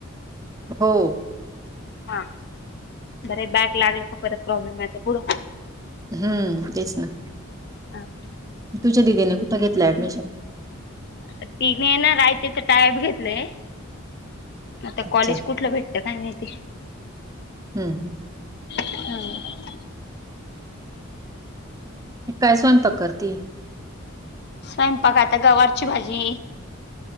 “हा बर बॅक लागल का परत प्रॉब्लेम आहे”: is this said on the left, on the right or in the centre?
Left